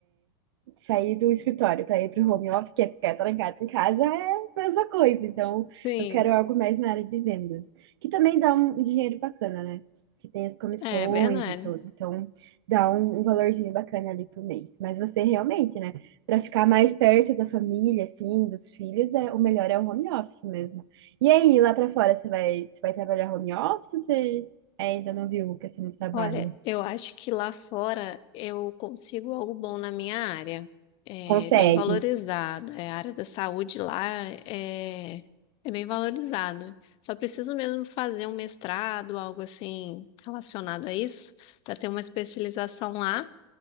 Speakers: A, on the right; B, on the left.
A: sair do escritório para ir para o home office, que é ficar trancado em casa, é a mesma coisa. Então,
B: sim,
A: eu quero algo mais na área de vendas, que também dá um dinheiro bacana, né? Que tem as comissões
B: é verdade.
A: e tudo. Então, dá um, um valorzinho bacana ali por mês. Mas você realmente, né? Para ficar mais perto da família, assim, dos filhos, é, o melhor é o home office mesmo. E aí, lá para fora, você vai, você vai trabalhar home office ou você ainda não viu que você não trabalha?
B: Olha, eu acho que lá fora eu consigo algo bom na minha área. É
A: Consegue.
B: bem valorizado. É, a área da saúde lá é, é bem valorizado. Só preciso mesmo fazer um mestrado, algo assim relacionado a isso, para ter uma especialização lá.